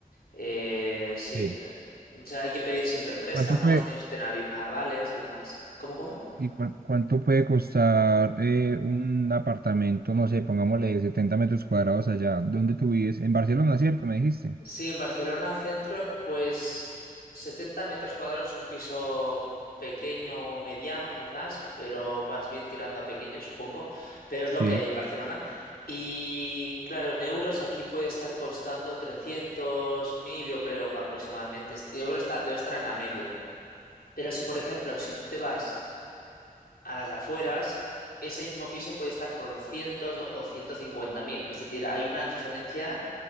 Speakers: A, on the left; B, on the right.
A: Eh, sí,
B: Sí.
A: eh, o sea, hay que pedir siempre préstamos,
B: ¿Cuánto puede,
A: tienes que tener avi- avales y demás. ¿Cómo, cómo?
B: y cua- cuánto puede costar eh, un apartamento, no sé, pongámosle 70 metros cuadrados allá donde tú vives? En Barcelona, ¿cierto? Me dijiste.
A: Sí, en Barcelona centro, pues 70 metros cuadrados es un piso pequeño o mediano quizás, pero vas bien tirando a pequeño, supongo, pero es
B: Sí.
A: lo que hay en Barcelona. Y claro, en euros aquí puede estar costando trescientos mil, yo creo, pa- aproximadamente. Est- Yo creo que está, debe estar en la media. Pero si, por ejemplo, si tú te vas a las afueras, ese mismo piso puede estar por 200 o ciento cincuenta mil. Es decir, hay una diferencia